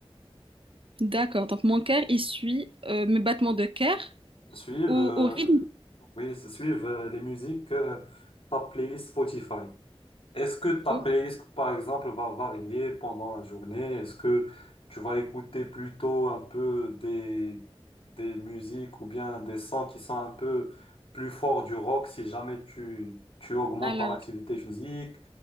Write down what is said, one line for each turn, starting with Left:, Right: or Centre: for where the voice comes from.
Right: d'accord. Donc mon cœur, il suit euh, mes battements de cœur
Left: Suivre.
Right: au, au rythme.
Left: Oui, se suivent euh, les musiques, euh, ta playlist Spotify. Est-ce que ta
Right: Oh,
Left: playlist, par exemple, va varier pendant la journée? Est-ce que tu vas écouter plutôt un peu des, des musiques ou bien des sons qui sont un peu plus forts du rock si jamais tu, tu augmentes
Right: Alors.
Left: ton activité physique?